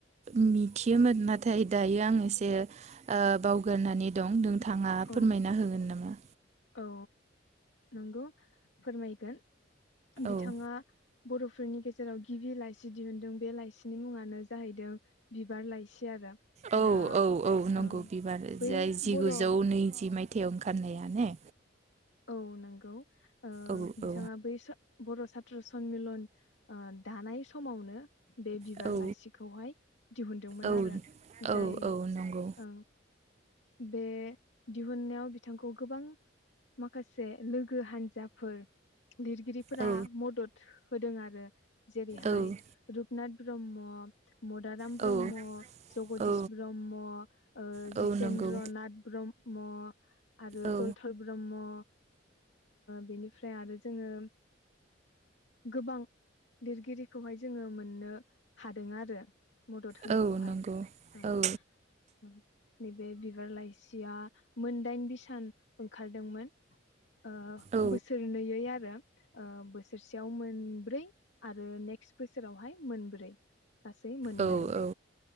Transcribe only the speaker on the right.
मिथियोमोन नाथाय दायो आं एसे बावगारनानै दं नोंथां थाङा फोरमायना
होगोन नामा
औ
औ
औ औ नंगौ
बिबार
जाय जिगुजौ
नैजि माय थियाव ओंखारनाया ने
औ
औ
औ
औ
औ
औ नंगौ
औ
औ
औ
औ
औ
नंगौ
औ
औ नंगौ
औ
औ
औ औ